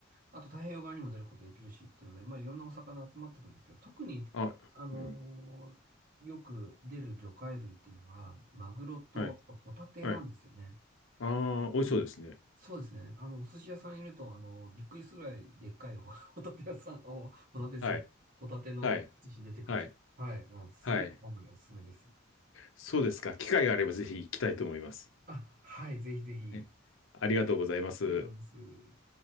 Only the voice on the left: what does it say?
あ、あ、
うん、
はい、
はい、ああ、美味しそうですね。
はい、
はい、はい、
はい、そうですか。機会があればぜひ行きたいと思います。
ねありがとうございます。